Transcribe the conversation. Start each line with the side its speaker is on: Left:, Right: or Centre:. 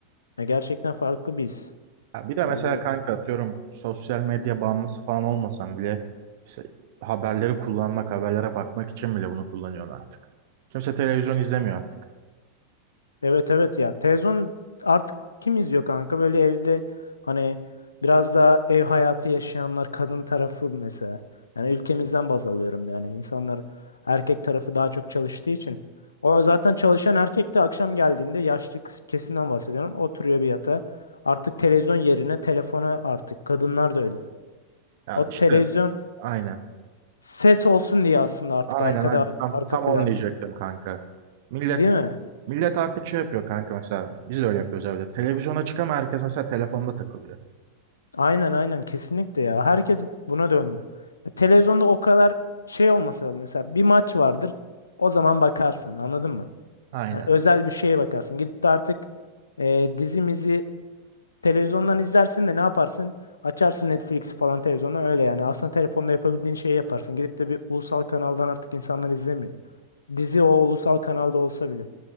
Left: ya gerçekten farklı bir his.
Right: ya bir de
Left: Bu
Right: mesela kanka atıyorum sosyal medya bağımlısı falan olmasam bile mesela haberleri kullanmak, haberlere bakmak için bile bunu kullanıyorsun artık. Kimse televizyon izlemiyor artık.
Left: Evet evet ya televizyon artık kim izliyor kanka böyle evde hani biraz daha ev hayatı yaşayanlar kadın tarafı mesela yani ülkemizden baz alıyorum yani insanlar erkek tarafı daha çok çalıştığı için o zaten çalışan erkek de akşam geldiğinde yaşlı kız- kesimden bahsediyorum oturuyor bir yatağa artık televizyon yerine telefona artık kadınlar da öyle
Right: Ya
Left: o
Right: işte
Left: televizyon
Right: aynen.
Left: ses olsun diye aslında artık
Right: Aynen
Left: arkada
Right: aynen. Tam,
Left: arka
Right: tam
Left: planda
Right: onu diyecektim kanka. Millet
Left: değil mi?
Right: Millet artık şey yapıyor kanka mesela. Biz de öyle yapıyoruz evde. Televizyona çıkama herkes mesela telefonda takılıyor.
Left: Aynen aynen kesinlikle ya. Herkes buna döndü. Ya Televizyonda o kadar şey olmasa da mesela bir maç vardır. O zaman bakarsın anladın mı?
Right: Aynen.
Left: Yani özel bir şeye bakarsın. Gidip de artık e, dizimizi televizyondan izlersin de ne yaparsın? Açarsın Netflix'i falan televizyondan öyle yani. Aslında telefonda yapabildiğin şeyi yaparsın. Gidip de bir ulusal kanaldan artık insanlar izlemiyor. Dizi o ulusal kanalda olsa bile.